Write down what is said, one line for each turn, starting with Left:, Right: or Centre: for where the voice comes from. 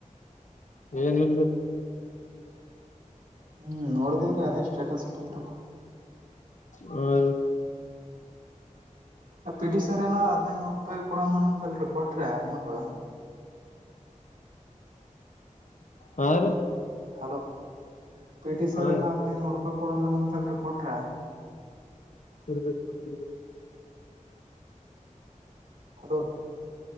Left: ಏನಿಲ್ರಿ
Right: ಹ್ಮ್ ನೋಡ್ದೇವ್ರಿ ಅದೇ ಸ್ಟೇಟಸ್ ಇಟ್ಟಿದ್ರಲ್ಲ
Left: ಹಾ ರೀ
Right: ಪಿ ಟಿ ಸರ್ ಏನೋ ಹದ್ನೈನೂರು ರೂಪಾಯಿ ಕೊಡಂದನಂತಲ್ರಿ ಕೊಟ್ರಿ ಅಮೌಂಟ್
Left: ಹಾ ರೀ
Right: ಹಲೋ ಪಿ ಟಿ ಸರ್
Left: ಹಾ
Right: ಏನೋ
Left: ರೀ
Right: ಹದ್ನೈನೂರು ರೂಪಾಯಿ ಕೊಡಂದನಂತಲ್ರಿ ಕೊಟ್ರ
Left: ಕೊಟ್ಟಿಲ್ರಿ
Right: ಹಲೋ